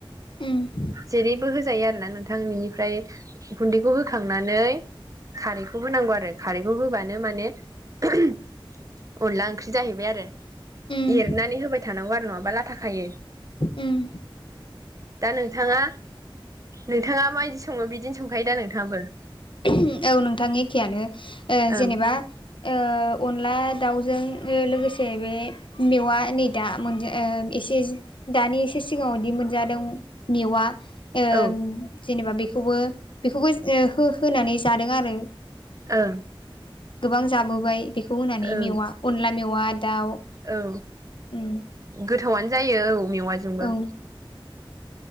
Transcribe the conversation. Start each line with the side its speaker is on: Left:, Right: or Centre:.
Left: उम
Right: जेरैबो होजायो आरोना नोंथां नेनिफ्राय उम गुन्दैखौ होखांनानै खारैखौबो नांगौ आरो खारैबो बोबानो माने ओम अनला ओंख्रि जाहैबाय आरो
Left: उम
Right: एरनानै होबाय थानांगौ आरो नंङाबा लाथा खायो
Left: उम
Right: दा नोंथांआ नोंथांआ माओइदि संङो बिदिनो संखायो दा नोंथांआबो
Left: ओह‌ औ नोंथां एखेयानो
Right: ओं
Left: जेनोबा ओ अनला दाउजों लोगोसे बे मेवआ नै दा मोनज ओ एसे एसे दानि एसे सिगांआदि मोनजादों मेवा ओ‌
Right: औ
Left: जेनोबा बेखौबो बेखौबो हो होनानै जादों आरो
Right: ओ
Left: गोबां जाबोबाय बेखौ होननानै
Right: ओं
Left: मेवा अनला मेवा दाउ
Right: औ
Left: उम
Right: गोथावानो जायो औ मेवाइजोंबो
Left: औ ओ